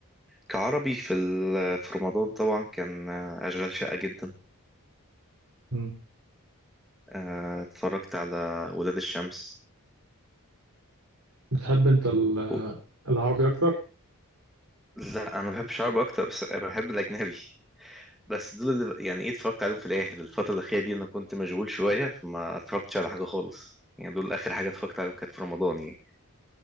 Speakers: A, in the centre; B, on the right.
A: كعربي في ال... في رمضان طبعا كان آه، اشغال شاقه جدا
B: مم.
A: آه اتفرجت على ولاد الشمس
B: بتحب انت ال- آه،
A: و-
B: العربي اكتر؟
A: لا انا بحب العربي اكتر بس انا بحب الاجنبي بس دول اللي ب- يعني ايه اتفرجت عليهم في الاخر الفتره الاخيره دي انا كنت مشغول شويه فما اتفرجتش على حاجه خالص يعني دول اخر حاجه اتفرجت عليهم كانت في رمضان يعني